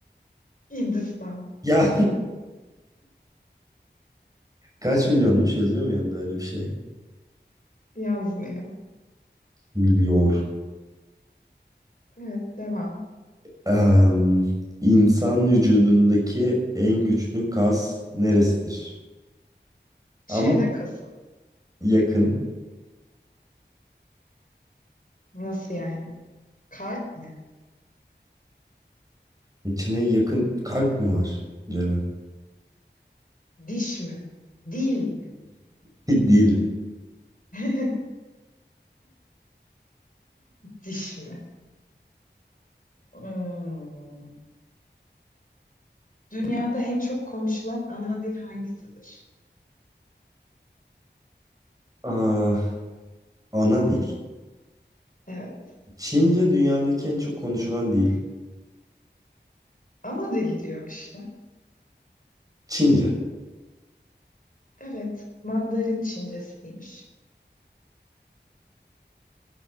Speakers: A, on the left; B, on the right.
A: Hindistan.
B: Ya <laughs> kaç milyonmuş yazıyor mu yanında öyle bir şey?
A: Yazmıyor.
B: Milyor.
A: Evet devam.
B: Em, insan vücudundaki en güçlü kas neresidir?
A: Çene
B: Ama
A: kası.
B: yakın.
A: Nasıl yani? Kalp mi?
B: İçine yakın kalp mi var? Cevap.
A: Diş mi? Dil mi?
B: Değil.
A: <laughs> Diş mi? Hmm. Dünyada en çok konuşulan ana dil hangisidir?
B: <laughs> Aa, ana dil.
A: Evet.
B: Çince dünyadaki en çok konuşulan dil.
A: Ana dil diyor işte.
B: Çince.
A: Evet. Mandarin Çincesiymiş.